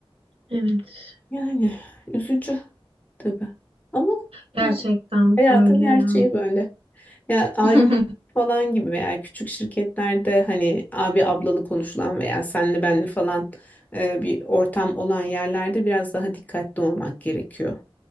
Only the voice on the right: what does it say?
Evet.
Gerçekten
öyle
ya.
<laughs>